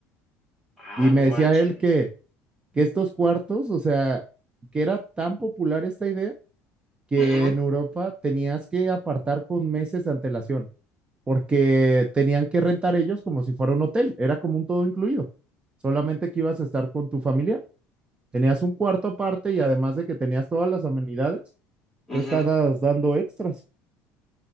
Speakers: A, in the centre; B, on the right.
A: Ah,
B: Y
A: no
B: me
A: manches.
B: decía él que, que estos cuartos, o sea, que era tan popular esta idea que
A: Ujú,
B: en Europa tenías que apartar con meses de antelación, porque tenían que rentar ellos como si fuera un hotel, era como un todo incluido, solamente que ibas a estar con tu familia, tenías un cuarto aparte y además de que tenías todas las amenidades,
A: ujú.
B: tú estabas dando extras.